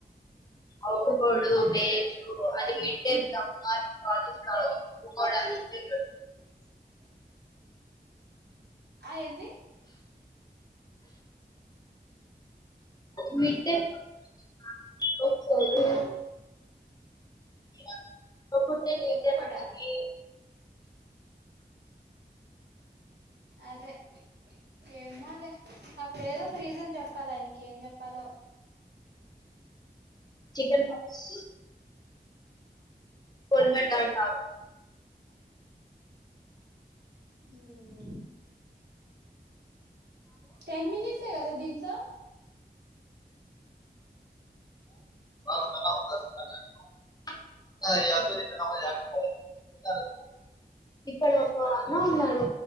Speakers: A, on the left (about 25°); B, on the right (about 80°).
A: ఒప్పుకోడు లేదు అది <unintelligible> ఒప్పుకోవడానికి
B: <inaudible> ఆ ఏంది
A: మిడ్ కు ఒకసారి <inaudible> చొప్పుంటే నీకే
B: ఒప్పుకోడా
A: మంచిది
B: అదే ఏమోలే అప్పుడు ఏదో ఒక రీజన్ చెప్పాల. ఆయనకి ఏం చెప్పాలో?
A: చికెన్పపాక్స్ పొలిమేర దాటి రావు.
B: మ్ టెన్ మినిట్సే కదా దీంట్లో <inaudible>
A: వాళ్ళ <unintelligible> ఇక్కడ ఒక లా ఉన్నారు.